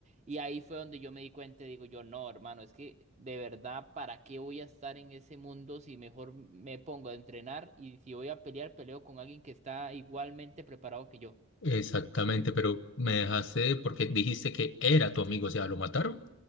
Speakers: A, on the right; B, on the left.
A: Y ahí fue donde yo me di cuenta y digo yo, no, hermano, es que de verdad, ¿para qué voy a estar en ese mundo si mejor me pongo a entrenar y si voy a pelear, peleo con alguien que está igualmente preparado que yo?
B: Exactamente, pero me dejaste porque dijiste que era tu amigo, o sea, ¿lo mataron?